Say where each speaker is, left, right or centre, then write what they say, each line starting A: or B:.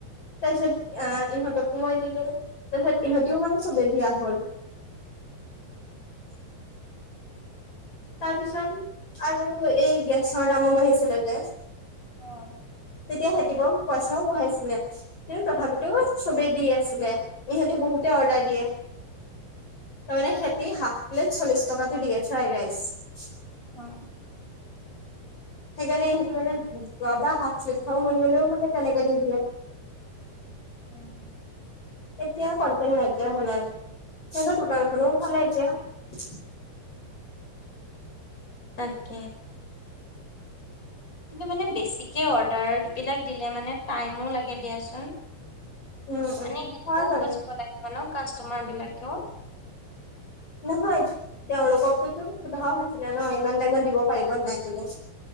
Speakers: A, on the left; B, on the left.
A: তাৰপিছত ইহত সোমাই দিলে তাৰপিছত ইহঁতিও মানে চবে দিয়া হল৷
B: <inaudible>
A: তাৰপিছত আৰু এই গেছৰ দামো বাঢ়িছিলে যে
B: অ'।
A: তেতিয়া সিহঁতি বহু পইচাও বঢ়াইছিলে, কিন্তু তথাপিতো চবেই দি আছিলে, ইহঁতেও বহুতে অৰ্ডাৰ দিয়ে।
B: <inaudible>
A: তাৰমানে সিহঁতি হাফ প্লেট চল্লিশ টকাতে দিয়ে ফ্ৰাইড ৰাইচ
B: অ'।
A: সেইকাৰণে সিহঁতে মানে <unintelligible> মানে তেনেকে দি দিয়ে।
B: <unintelligible>
A: এতিয়া কন্টেক্ত নাইকিয়া আৰু, সিহঁতৰ দোকানখনো উঠালে এতিয়া।
B: <inaudible> তাকে। কিন্তু মানে বেছিকে অৰ্ডাৰবিলাক দিলে মানে টাইমো লাগে দিয়াচোন।
A: উম উম
B: মানে সেইটোও
A: হয় বাৰু
B: বুজিব লাগিব ন কাষ্টমাৰ বিলাকেও।
A: নহয় তেওঁলোককতো সোধাও হৈছিলে ন ইমান টাইমত দিব পাৰিব নাই বুলি?